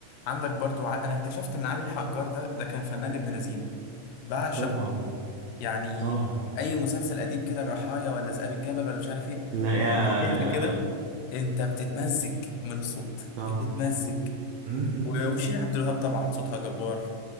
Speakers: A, on the left (about 80°); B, on the right (about 90°).
A: عندك برضو ع... انا اكتشفت ان علي الحجار ده ده كان فنان ابن لذين بعشق
B: طبعا
A: يعني
B: طبعا
A: اي مسلسل قديم كده الرحايا ولا ذئاب الجبل ولا مش عارف ايه
B: لا يا
A: انت التتر كده انت بتتمزج من الصوت
B: طبعا
A: بتتمزج
B: مم، مم،
A: و- وشيرين
B: مم،
A: عبد الوهاب طبعا صوتها جبار